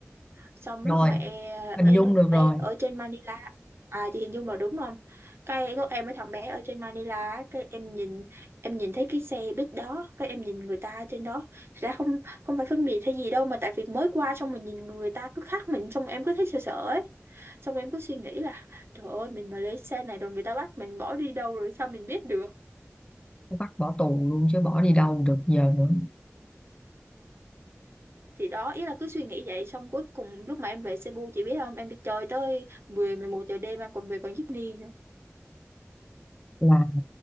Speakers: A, on the right; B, on the left.
A: xong
B: rồi
A: lúc mà e-
B: hình
A: em
B: dung
A: với thằng
B: được rồi
A: bé ở trên Manila à chị hình dung là đúng không cái lúc em với thằng bé ở trên Manila á, cái em nhìn em nhìn thấy cái xe buýt đó cái em nhìn người ta trên đó Thật ra không không phải phân biệt hay gì đâu mà tại vì mới qua xong mình nhìn người ta cứ khác mình xong em cứ thấy sợ sợ ấy xong em cứ suy nghĩ là trời ơi mình mà lấy xe này rồi người ta bắt mình bỏ đi đâu rồi sao mình biết được
B: bắt bỏ tù luôn chứ bỏ đi đâu được giờ nữa
A: thì đó ý là cứ suy nghĩ vậy xong cuối cùng lúc mà em về Cebu chị biết không em đi chơi tới mười mười một giờ đêm em còn về bằng jeepney nữa
B: là